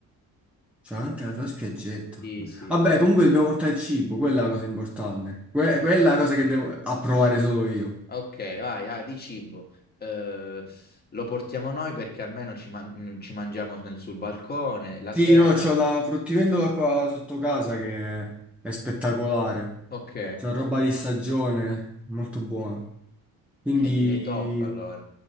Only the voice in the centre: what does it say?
C'è anche la tua spiaggetta.
Vabbè, comunque dobbiamo portare il cibo, quella è la cosa importante. Que-
quella
è la cosa che devo approvare solo io.
Sì,
no, c'ho la fruttivendola qua sotto casa che è spettacolare.
C'è roba di stagione, molto buona. Quindi